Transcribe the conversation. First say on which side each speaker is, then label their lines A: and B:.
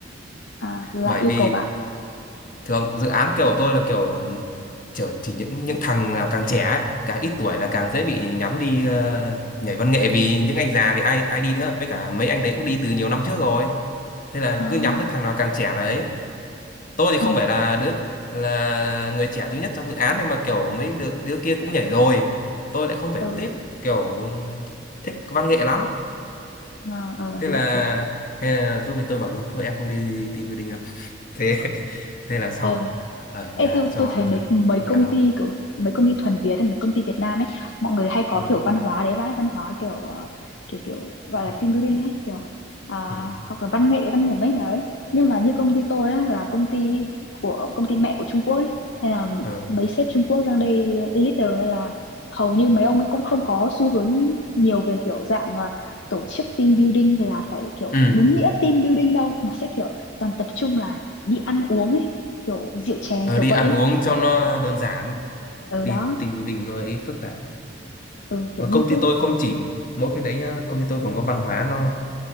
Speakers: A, on the left; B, on the left.
A: à là
B: bởi
A: yêu
B: vì
A: cầu bạn
B: thường dự án kiểu tôi là kiểu kiểu chỉ những những thằng nào càng trẻ ấy, càng ít tuổi là càng dễ bị nhắm đi ờ, nhảy văn nghệ vì những anh già thì ai ai đi nữa với cả mấy anh đấy cũng đi từ nhiều năm trước rồi thế là
A: à
B: cứ nhắm tới thằng nào càng trẻ là ấy tôi thì không
A: Ừ.
B: phải là đứa là người trẻ duy nhất trong dự án nhưng mà kiểu mấy đứa, đứa kia cũng nhảy rồi tôi lại không phải
A: ừ
B: tiếp kiểu thích văn nghệ lắm
A: à, ờ,
B: thế
A: hiểu
B: là
A: hiểu hiểu.
B: thế là lúc ấy tôi bảo luôn thôi em không đi team building đâu <laughs> thế thế là xong
A: ờ
B: ở
A: Ê,
B: nhà
A: tôi,
B: cho
A: tôi thấy mấy mấy
B: nhà
A: công
B: lòng
A: ty kiểu mấy công ty thuần Việt ấy, mấy công ty Việt Nam ấy mọi người hay có
B: ừ,
A: kiểu văn hóa đấy vãi văn hóa kiểu ờ, kiểu kiểu gọi là
B: ừ,
A: team building ấy kiểu à,
B: ừ.
A: hoặc là văn nghệ văn hùng ấy đấy nhưng mà như công ty tôi á, là công ty của công ty mẹ của Trung Quốc ấy hay là
B: Ờ,
A: mấy sếp Trung Quốc sang đây leader hay là hầu như mấy ông ấy cũng không có xu hướng nhiều về kiểu dạng ờ, tổ chức team building là phải kiểu
B: ừ.
A: đúng nghĩa team building đâu mà sẽ kiểu toàn tập trung là đi ăn uống ấy kiểu rượu chè
B: Ờ,
A: kiểu
B: đi
A: vậy
B: ăn
A: ấy.
B: uống cho nó đơn giản
A: ừ
B: đi
A: đó
B: team building nó ấy phức tạp lắm
A: ừ kiểu
B: và
A: như
B: công ty
A: cứ
B: tôi không chỉ mỗi cái đấy nhá công ty tôi còn có văn hóa nó